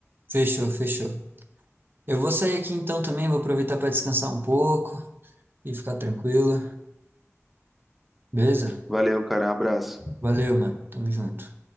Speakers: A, on the right; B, in the centre.
A: Fechou, fechou. Eu vou sair aqui então também, vou aproveitar para descansar um pouco e ficar tranquilo. Beleza?
B: Valeu, cara. Abraço.
A: Valeu, mano. Tamo junto.